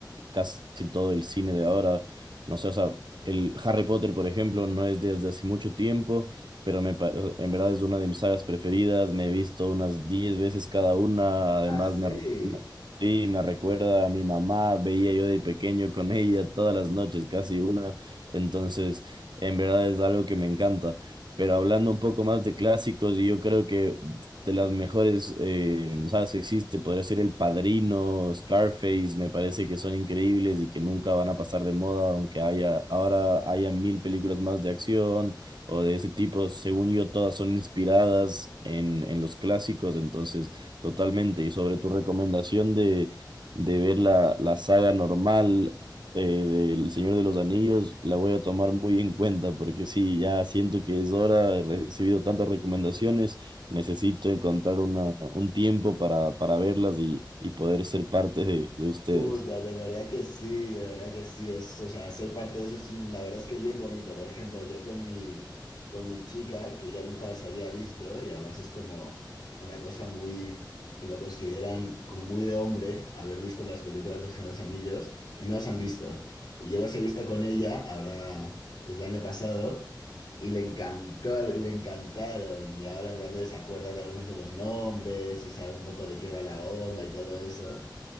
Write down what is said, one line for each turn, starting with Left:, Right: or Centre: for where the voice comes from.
Right: casi todo el cine de ahora. No sé, o sea, el Harry Potter, por ejemplo, no es desde hace mucho tiempo, pero me, pa- en verdad es una de mis sagas preferidas. Me he visto unas 10 veces cada una. Además,
Left: Ah sí.
Right: me, re- sí, me recuerda a mi mamá. Veía yo de pequeño con ella todas las noches, casi una. Entonces, en verdad es algo que me encanta. Pero hablando un poco más de clásicos, y yo creo que de las mejores eh, sagas que existe. Podría ser El Padrino, Scarface, me parece que son increíbles y que nunca van a pasar de moda, aunque haya, ahora haya mil películas más de acción o de ese tipo. Según yo, todas son inspiradas en, en los clásicos, entonces totalmente. Y sobre tu recomendación de, de ver la, la saga normal. eh, del Señor de los Anillos, la voy a tomar muy en cuenta porque sí, ya siento que es hora, he recibido tantas recomendaciones Necesito encontrar una, un tiempo para, para verlas y, y poder ser parte de, de ustedes.
Left: Puta, de verdad que sí, de verdad que sí, es, o sea, ser parte de eso es un- la verdad es que es bien bonito. Por ejemplo, yo con mi, con mi chica, que ya nunca las había visto, y además es como una cosa muy, que lo consideran como muy de hombre, haber visto las películas de Señor de los Anillos, y no las han visto. Y yo las he visto con ella, ahora es el año pasado, y le encantó, le encantaron, y ahora en plan de se acuerda de algunos de los nombres, y sabe un poco de qué va la onda y todo eso.